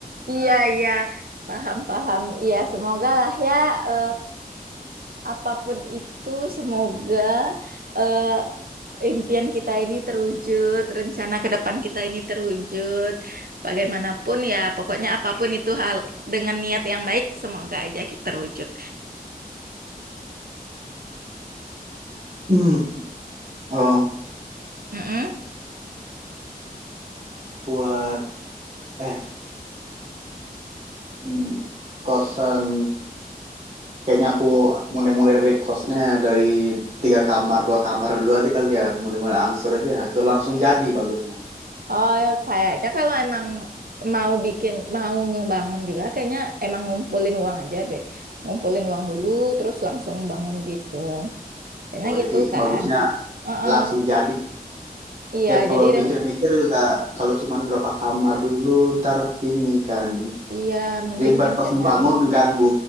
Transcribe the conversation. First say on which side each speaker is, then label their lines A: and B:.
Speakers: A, on the right (about 65°); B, on the right (about 45°).
A: Iya, iya, paham, paham. Iya, semoga lah ya, eh, apapun itu, semoga eh, impian kita ini terwujud, rencana ke depan kita ini terwujud. Bagaimanapun ya, pokoknya apapun itu hal dengan niat yang baik, semoga aja kita terwujud.
B: Hmm, oh,
A: Mm-mm.
B: buat eh hmm, kosan kayaknya aku mulai-mulai dari kosannya dari tiga kamar, dua kamar dulu aja kali ya, mulai-mulai angsur aja atau langsung jadi bagusnya.
A: Oh, ya, kayaknya kalau emang mau bikin, mau ngebangun juga, kayaknya emang ngumpulin uang aja deh. Ngumpulin uang dulu, terus langsung bangun gitu. Kayaknya
B: Oh, jadi
A: gitu kan.
B: bagusnya
A: Heeh.
B: langsung jadi
A: Iya,
B: ya kalau
A: jadi ren,
B: mikir-mikir juga kalau cuman berapa kamar dulu ntar ini kan
A: iya mending
B: ribet
A: rencanain.
B: pas membangun ganggu